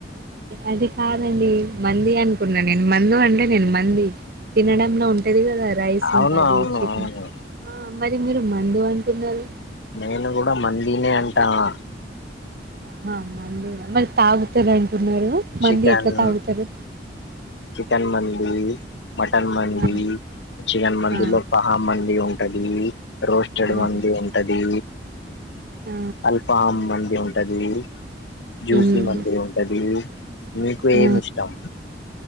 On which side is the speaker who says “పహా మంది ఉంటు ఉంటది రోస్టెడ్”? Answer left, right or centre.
Left